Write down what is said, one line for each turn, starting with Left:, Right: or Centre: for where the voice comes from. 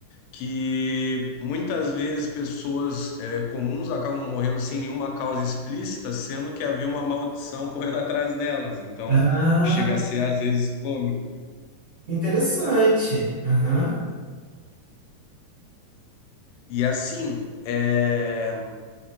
Left: que muitas vezes pessoas é, comuns acabam morrendo sem nenhuma causa explícita, sendo que havia uma maldição <laughs> correndo atrás delas. Então,
Right: Ah,
Left: chega a ser às vezes cômico.
Right: interessante. Aham.
Left: E assim, é,